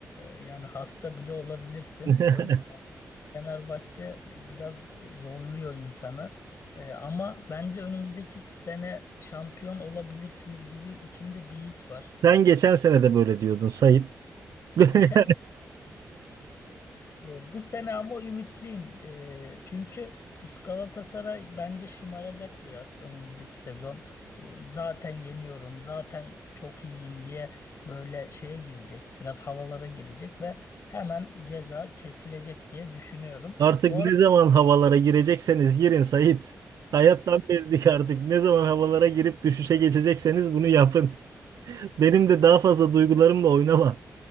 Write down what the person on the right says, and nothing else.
<laughs>
Sen geçen
sene de böyle diyordun Sait. <laughs>
Artık
ne
zaman havalara girecekseniz girin Sait. Hayattan bezdik artık. Ne zaman havalara girip düşüşe geçecekseniz bunu yapın. <laughs> Benim de daha fazla duygularımla oynama.